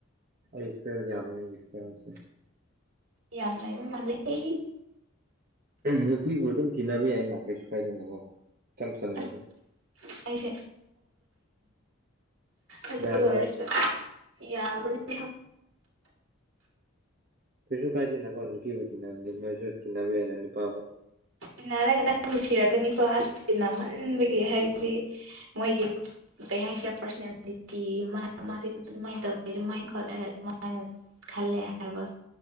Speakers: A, on the right (about 45°); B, on the right (about 75°).
A: ꯑꯩ ꯐ꯭ꯔꯦꯟꯁ ꯌꯥꯝꯃꯦ ꯑꯩꯒꯤ ꯐ꯭ꯔꯦꯟꯁꯦ
B: ꯌꯥꯝ ꯂꯩꯕ ꯃꯥꯜꯂꯦꯍꯦ
A: ꯅꯨꯄꯤꯕꯨ ꯑꯗꯨꯝ ꯊꯤꯅꯕ ꯌꯥꯏꯅ ꯀꯩꯁꯨ ꯀꯥꯏꯗꯅꯀꯣ ꯏꯆꯝ ꯆꯝꯅꯥ
B: ꯑꯁ
A: ꯑꯗꯨꯝ
B: ꯑꯩꯁꯦ ꯑꯗꯨ
A: ꯌꯥꯕ꯭ꯔꯣ
B: ꯑꯣꯏꯔꯁꯨ ꯌꯥꯕꯅꯦ
A: ꯀꯩꯁꯨ ꯀꯥꯏꯗꯦꯅꯀꯣ ꯅꯨꯄꯤꯕꯨ ꯇꯤꯟꯅꯕꯅꯤ ꯅꯣꯏꯁꯨ ꯇꯤꯟꯅꯕ ꯌꯥꯏꯅ ꯅꯨꯄꯥꯕꯨ
B: ꯇꯤꯟꯅꯔꯒ ꯅꯪ ꯅꯨꯡꯁꯤꯔꯛꯀꯅꯤꯀꯣ ꯑꯁ ꯇꯤꯟꯅꯃꯟꯕꯒꯤ ꯍꯥꯏꯕꯗꯤ ꯃꯣꯏꯒꯤ ꯀꯩ ꯍꯥꯏꯁꯤꯔꯥ ꯄꯥꯔꯁꯅꯦꯂꯤꯇꯤ ꯃꯥ ꯃꯥꯁꯤ ꯑꯗꯨꯃꯥꯏꯅ ꯇꯧꯋꯦ ꯑꯗꯨꯃꯥꯏꯅ ꯈꯣꯠꯂꯦ ꯍꯥꯏ ꯑꯗꯨꯃꯥꯏꯅ ꯈꯜꯂꯦ ꯍꯥꯏꯕ